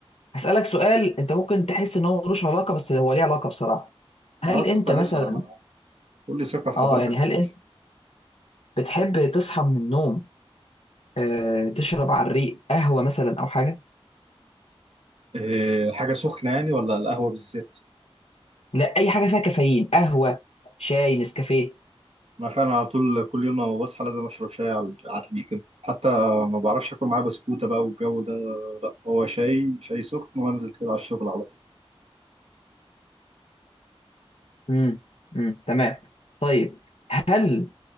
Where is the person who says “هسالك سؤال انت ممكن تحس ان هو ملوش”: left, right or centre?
Left